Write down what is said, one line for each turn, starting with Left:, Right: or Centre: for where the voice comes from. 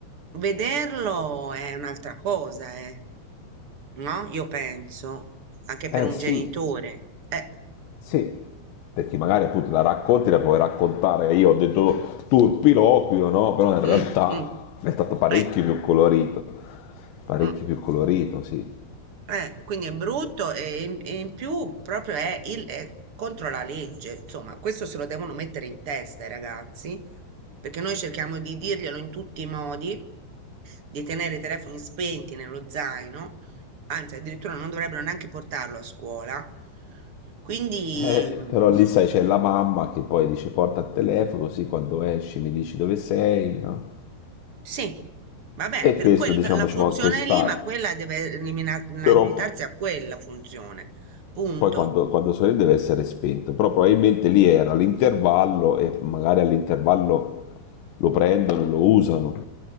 Right: Vederlo è un'altra cosa, eh, no? Io penso, anche
Left: eh
Right: per un
Left: sì,
Right: genitore. Eh,
Left: Sì, perché magari appunto la racconti, la puoi raccontare io ho detto turpiloquio, no? Però in
Right: mm,
Left: realtà
Right: mm,
Left: è stato parecchio
Right: eh,
Left: più colorito, parecchio
Right: mm.
Left: più colorito, sì.
Right: Eh, quindi è brutto e in, e in più proprio è, il- è contro la legge. Insomma, questo se lo devono mettere in testa i ragazzi, perché noi cerchiamo di dirglielo in tutti i modi, di tenere i telefoni spenti nello zaino, anzi addirittura non dovrebbero neanche portarlo a scuola. Quindi
Left: Eh,
Right: mm,
Left: però lì sai c'è la mamma che poi dice porta il telefono così quando esci mi dici dove sei, no?
Right: sì, va bene,
Left: E
Right: per
Left: questo
Right: quella
Left: diciamo
Right: funzione
Left: ci può anche stare,
Right: lì, ma quella deve elimina- limitarsi
Left: però
Right: a quella funzione, punto.
Left: poi quando, quando sorride deve essere spento, però probabilmente lì era l'intervallo e magari all'intervallo lo prendono e lo usano.